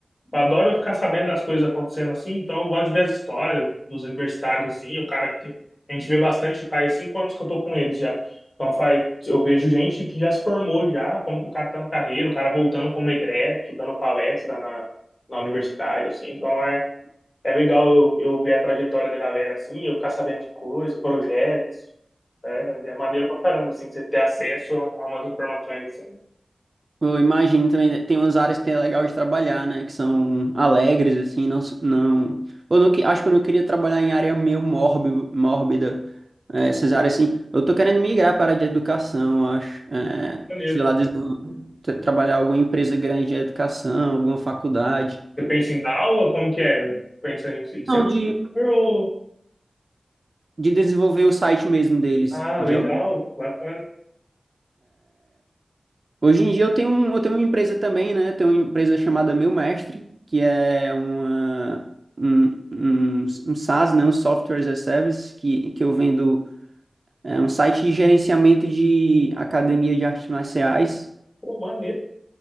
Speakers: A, on the left; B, on the right.
A: eu adoro ficar sabendo das coisas acontecendo assim. Então eu gosto de ver as histórias dos universitários, assim. O cara que a gente vê bastante, faz cinco anos que eu tô com eles já. Então faz, eu vejo gente que já se formou já, como que o cara tá no carreira, o cara voltando como egresso, dando palestra na, na universidade, assim. Então é, É legal eu, eu ver a trajetória da galera, assim, eu ficar sabendo de coisa, projetos, né? É maneiro pra caramba, assim, você ter acesso a umas informações, assim.
B: eu imagino também, né, tem umas áreas que é legal de trabalhar, né? Que são alegres, assim, não... s- não... Eu não, que- acho que eu não queria trabalhar em área meio mórbido, mórbida. É, essas áreas, assim... Eu tô querendo migrar para a área de educação, eu acho. É,
A: Maneiro.
B: sei lá, desenvol- tra- trabalhar em alguma empresa grande de educação, alguma faculdade.
A: Você pensa em dar aula? Como que é? Pensa em, em ser...
B: Não, de...
A: professor? ou...
B: de desenvolver o site mesmo deles.
A: Ah,
B: De
A: legal,
B: algum...
A: bacana.
B: Hoje em dia eu tenho, um- eu tenho uma empresa também, né? Eu tenho uma empresa chamada Meu Mestre, que é uma, um, um, um SaaS, né? Um Software as a Service, que, que eu vendo é, um site de gerenciamento de academia de artes marciais.
A: Pô, maneiro.